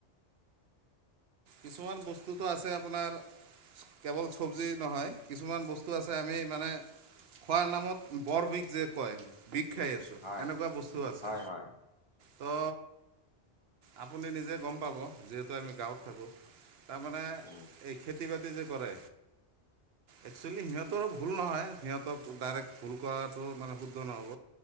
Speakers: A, on the right; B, on the left.
A: কিছুমান বস্তুটো আছে আপোনাৰ কেৱল চবজী নহয় কিছুমান বস্তু আছে আমি মানে খোৱাৰ নামত বৰ বিষ যে কয় বিষ খাই আছোঁ,
B: হয়
A: এনেকুৱা বস্তু আছে।
B: হয় হয়
A: ত আপুনি নিজে গম পাব যিহেতু আমি গাঁৱত থাকোঁ। তাৰমানে
B: উম
A: এই খেতি বাতি যে কৰে একচলি সিহঁতৰো ভুল নহয়, সিহঁতক ডাইৰেক ভুল কৰাটো মানে শুদ্ধ নহ'ব।